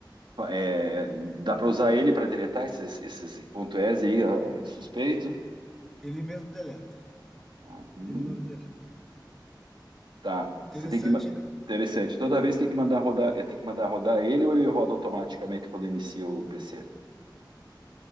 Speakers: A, on the right; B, in the centre.
A: fa- é, dá para usar ele para deletar esses, esses ponto .es aí, ah, suspeito?
B: <laughs> Ele mesmo deleta.
A: Ah, hum.
B: Ele mesmo deleta.
A: Tá. Você
B: Interessante,
A: tem que ma-
B: né?
A: interessante. Toda vez tem que mandar rodar, é, tem que mandar rodar ele ou ele roda automaticamente quando inicia o PC?